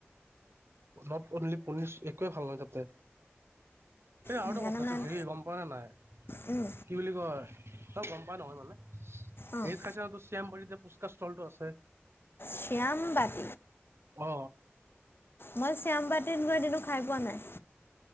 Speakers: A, on the right (about 65°); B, on the left (about 55°).
A: <unintelligible> অনলি পনীচ একোৱে ভাল নাই তাতে। এই
B: সেইকাৰণে
A: আৰু কথাটো
B: মানে
A: হেৰি গম পোৱা নে নাই?
B: উম
A: কি বুলি কয়? তই গম পাই নহয় মানে।
B: অ',
A: হেৰিত খাইছ তুছ তেমপৰিত যে পুচকাৰ ষ্টলটো আছে।
B: শ্যামবাট।
A: অ
B: মই শ্যামবাটত তেনেকুৱা দিনো খাই পোৱা নাই।